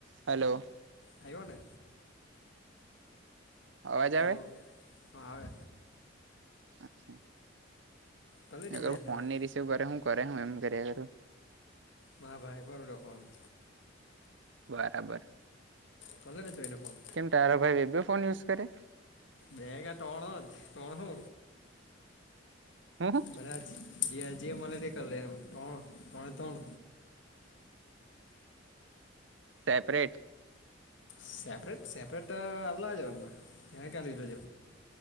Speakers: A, on the right; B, on the left.
A: Hello
B: આવ્યો ને
A: અવાજ આવે
B: હ હા આવે
A: હાછા
B: કલેડી
A: એ
B: જ
A: ફોન
B: ને વાત
A: નને રિસીવ કરે હું કરે હું એમ કરુ
B: ના ભાઈ પરરોડા ફોન
A: બરાબર
B: કલેને જો હોને ફોન
A: કેમ તારો ભાઈ એ ફોન યુઝ કરે
B: બેગ ત્રણ હો જ કોણ હો
A: હું
B: બધા જજી મળે ક લે એમ તણ તણે તણ
A: સેપરેટ
B: સેપરેટ સેપરેટ આલ્લા જ ના ક ક લોજ